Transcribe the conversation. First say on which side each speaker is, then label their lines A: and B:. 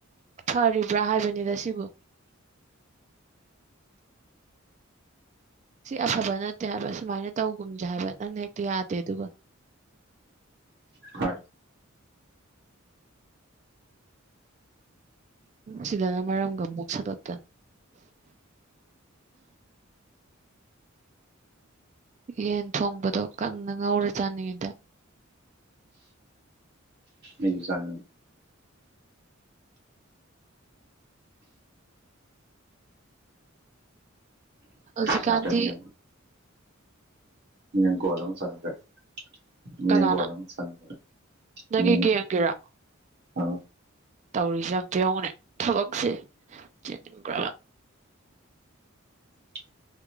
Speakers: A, on the right; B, on the right.
A: ꯐꯔꯤꯕ꯭ꯔꯥ ꯍꯥꯏꯕꯅꯤꯗ ꯁꯤꯕꯨ ꯁꯤ ꯑꯐꯕ ꯅꯠꯇꯦ ꯍꯥꯏꯕ ꯁꯨꯃꯥꯏꯅ ꯇꯧꯒꯨꯝꯁꯦ ꯍꯥꯏꯕ ꯅꯪꯅ ꯍꯦꯛꯇ ꯌꯥꯗꯦ ꯑꯗꯨꯒ
B: ꯍꯣꯏ
A: ꯁꯤꯗꯅ ꯃꯔꯝꯒ ꯃꯨꯛꯁꯜꯂꯛꯇꯅ ꯌꯦꯟ ꯊꯣꯡꯕꯗꯣ ꯀꯪꯅ ꯉꯧꯔ ꯆꯥꯅꯤꯡꯉꯤꯗ
B: ꯑꯩꯖꯨ ꯆꯅꯤꯡꯉꯦ
A: ꯍꯧꯖꯤꯀꯥꯟꯗꯤ
B: ꯌꯥꯗ꯭ꯔꯃꯤꯅ ꯏꯪꯂꯦꯟ ꯒꯣꯜ ꯑꯃꯥ ꯆꯟꯈꯔꯦ ꯢꯪꯂꯦꯟ
A: ꯀꯅꯥꯅ
B: ꯒꯣꯜ ꯑꯃꯥ ꯆꯟꯒꯔꯦ
A: ꯅꯪꯒꯤ
B: ꯎꯝ
A: ꯒꯦꯝꯒꯤꯔ
B: ꯍꯥꯎ
A: ꯇꯧꯔꯤꯁꯦ ꯑꯝꯇꯥ ꯌꯦꯡꯉꯣꯅꯦ ꯊꯕꯛꯁꯦ ꯆꯤꯟꯒꯔꯕ
B: <unintelligible>